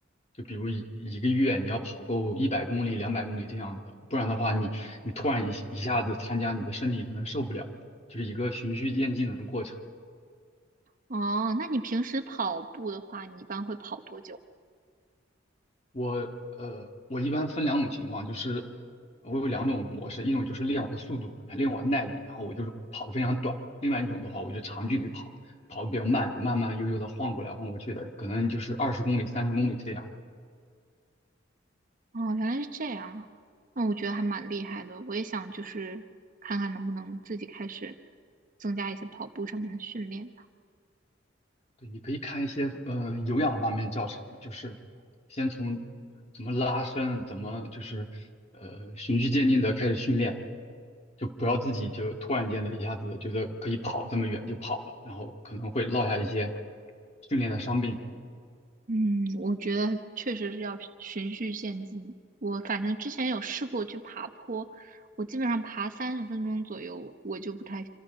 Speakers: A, on the left; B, on the right.
A: 就比如一一个月你要跑够一百公里、两百公里这样子，不然的话你你突然一一下子参加，你的身体可能受不了，就是一个循序渐进的过程。
B: 哦，那你平时跑步的话，你一般会跑多久？
A: 我呃，我一般分两种情况，就是我有两种模式，一种就是练我的速度，练我的耐力，然后我就是跑得非常短；另外一种的话，我就长距离跑，跑得比较慢，就慢慢悠悠的晃过来晃过去的，可能就是二十公里、三十公里这样。
B: 哦，原来是这样，那我觉得还蛮厉害的。我也想就是看看能不能自己开始增加一些跑步上面的训练。
A: 对，你可以看一些呃有氧方面教程，就是先从呃怎么拉伸，怎么就是呃循序渐进的开始训练，就不要自己就突然间的一下子觉得可以跑这么远就跑了，然后可能会落下一些训练的伤病。
B: 嗯，我觉得确实是要循序渐进。我反正之前有试过去爬坡，我基本上爬三十分钟左右，我就不太